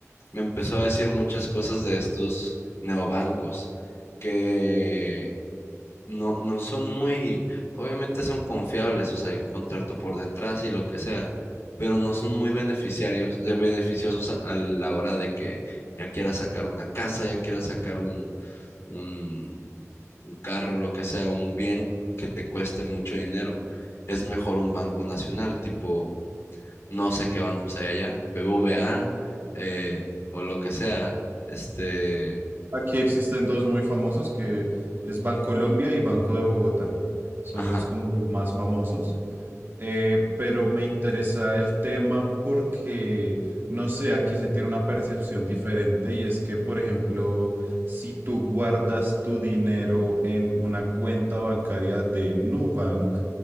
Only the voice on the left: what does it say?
me empezó a decir muchas cosas de estos neobancos que no, no son muy, obviamente son confiables, o sea, hay un contrato por detrás y lo que sea, pero no son muy beneficiarios, de beneficiosos a, a la hora de que ya quieras sacar una casa, ya quieras sacar un, un, un carro, lo que sea, un bien que te cueste mucho dinero. Es mejor un banco nacional, tipo, no sé qué bancos hay allá, BBVA, eh, o lo que sea, este,
ajá.